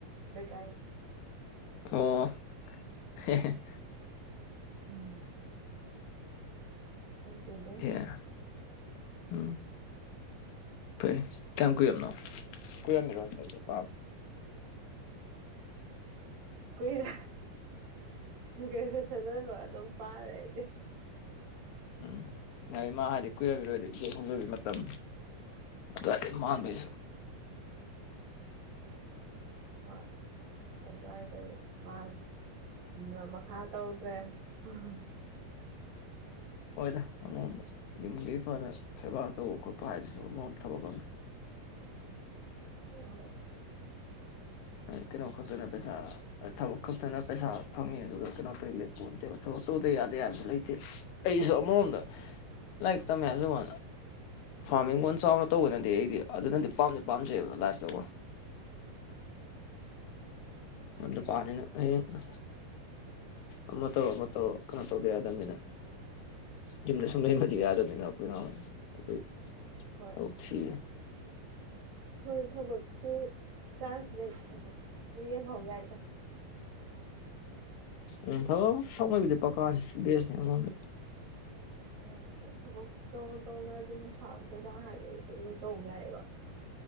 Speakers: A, on the right; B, on the left.
A: ꯂꯩꯀꯥꯏꯒ
B: ꯑꯣ ꯍꯦ ꯍꯦ
A: ꯎꯝ <unintelligible> ꯈꯪꯗꯦꯗ
B: ꯑꯦ ꯎꯝ ꯐꯩ ꯀꯌꯥꯝ ꯀꯨꯏꯔꯅꯣ ꯀꯨꯏꯔꯝꯒꯤꯔꯣꯏ ꯑꯩꯅ‌ ꯄꯥꯕ
A: ꯀꯨꯏꯔꯦ ꯒꯔꯦꯖꯨꯑꯦꯁꯟ ꯂꯣꯏꯕꯒ ꯑꯗꯨꯝ ꯄꯥꯔꯦ ꯑꯩꯗꯤ
B: ꯎꯝ ꯌꯥꯏ ꯃꯥ ꯍꯧꯗꯤ ꯀꯨꯏꯔꯝꯈꯤꯔꯣꯏ ꯑꯗꯨꯗꯤ ꯈꯣꯡꯗꯕꯤ ꯃꯇꯝ ꯑꯗꯨꯋꯥꯏꯗ ꯃꯥꯥꯜꯂꯦ ꯑꯩꯁꯨ
A: ꯍꯣꯏ ꯑꯗ꯭ꯋꯥꯏꯗ ꯃꯥꯜꯂꯦ ꯎ ꯃꯈꯥ ꯇꯧꯗ꯭ꯔꯦ ꯎꯝ
B: ꯍꯣꯏꯗ ꯑꯃꯃꯣꯝꯗ ꯌꯨꯝꯒꯤ ꯐꯅ ꯁꯦꯕꯥ ꯇꯧꯕ ꯈꯣꯠꯄ ꯍꯥꯏꯁꯤꯁꯨ ꯑꯃꯔꯣꯃꯗ ꯊꯕꯛ ꯑꯃꯅꯤ
A: ꯀꯣꯛ ꯉꯥꯎꯏ
B: ꯀꯩꯅꯣ ꯈꯛꯇꯅ ꯄꯩꯁꯥ ꯊꯕꯛ ꯈꯛꯇꯅ ꯄꯩꯁꯥ ꯐꯪꯉꯤ ꯑꯗꯨꯒ ꯀꯩꯅꯣ ꯇꯧꯏ ꯂꯩꯄꯣꯟꯇꯦꯕ ꯊꯕꯛ ꯇꯧꯗ ꯌꯥꯗꯦ ꯍꯥꯏꯕꯁꯨ ꯂꯩꯇꯦ ꯑꯩꯁꯨ ꯑꯃꯔꯣꯝꯗ ꯂꯥꯏꯔꯤꯛ ꯇꯃꯦ ꯍꯥꯏꯖꯕ ꯋꯥꯅꯤ ꯐꯥꯔ꯭ꯃ ꯍꯤꯡꯒꯣꯟ ꯆꯥꯎꯅ ꯇꯧꯕꯅꯗꯤ ꯑꯩꯗꯤ ꯑꯗꯨꯅꯗꯤ ꯄꯥꯝꯗꯤ ꯄꯥꯝꯖꯩꯕ ꯂꯥꯏꯐꯇꯀꯣ ꯑꯗ ꯄꯥꯠꯅꯤꯅ ꯍꯌꯦꯡ <unintelligible> ꯑꯃ ꯇꯩꯔꯣ ꯑꯃ ꯇꯧꯔꯣ ꯀꯩꯅꯣ ꯇꯧꯗ ꯌꯥꯗꯃꯤꯅ ꯌꯨꯝꯗ ꯁꯨꯝ ꯂꯩꯕꯗꯤ ꯌꯥꯗꯕꯅꯤꯅ ꯑꯩꯈꯣꯏꯅ ꯑꯃꯨꯛ
A: ꯍꯣꯏ
B: ꯊꯕꯛ ꯊꯤ
A: ꯍꯣꯏ ꯊꯕꯛꯀꯤ ꯆꯥꯟꯁ ꯂꯩꯔꯗꯤ ꯊꯕꯛꯀꯤ ꯌꯦꯡꯍꯧ ꯌꯥꯏꯗ
B: ꯎꯝ ꯊꯕꯛ ꯑꯃ ꯐꯪꯕꯩꯕꯨꯗꯤ ꯄꯀꯥꯅꯤ ꯕꯦꯁꯅꯤ ꯑꯃꯔꯣꯝꯗ
A: <unintelligible> ꯊꯕꯛ ꯇꯧꯅ ꯇꯧꯅ ꯑꯗꯨꯝ ꯐꯥꯔ꯭ꯃ ꯀꯩꯀꯥ ꯍꯥꯏꯗꯨꯁꯨ ꯑꯗꯨꯝ ꯇꯧ ꯌꯥꯏꯌꯦꯕ